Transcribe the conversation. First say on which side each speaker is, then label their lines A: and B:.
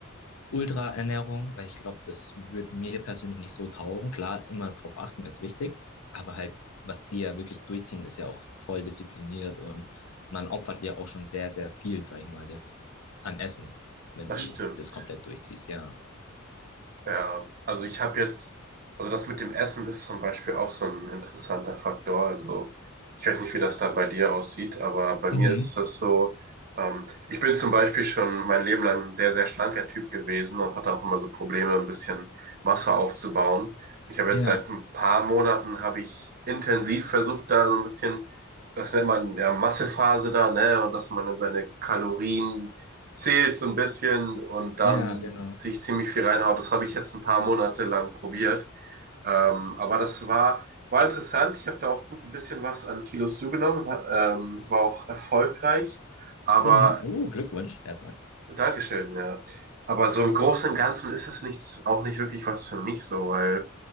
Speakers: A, on the left; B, on the right.
A: Ultraernährung, weil ich glaube, das wird mir persönlich nicht so taugen. Klar, immer drauf achten ist wichtig, aber halt, was die ja wirklich durchziehen, ist ja auch voll diszipliniert und man opfert ja auch schon sehr, sehr viel, sag ich mal jetzt, an Essen, wenn
B: Das
A: du
B: stimmt.
A: das komplett durchziehst, ja.
B: Ja, also ich habe jetzt, also das mit dem Essen ist zum Beispiel auch so ein interessanter Faktor. Also ich weiß nicht, wie das da bei dir aussieht, aber bei
A: Mhm.
B: mir ist das so, ähm, ich bin zum Beispiel schon mein Leben lang ein sehr, sehr schlanker Typ gewesen und hatte auch immer so Probleme, ein bisschen Masse aufzubauen. Ich habe
A: Ja,
B: jetzt seit ein paar Monaten, habe ich intensiv versucht, da so ein bisschen, das nennt man ja Massephase da, ne, und dass man dann seine Kalorien zählt so ein bisschen und dann
A: ja, genau.
B: sich ziemlich viel reinhaut. Das habe ich jetzt ein paar Monate lang probiert. Ähm, aber das war, war interessant. Ich habe da auch gut ein bisschen was an Kilos zugenommen, ähm, war auch erfolgreich. Aber
A: Mhm. Oh, Glückwunsch erstmal.
B: Dankeschön, ja. Aber so im Großen und Ganzen ist das nichts, auch nicht wirklich was für mich so, weil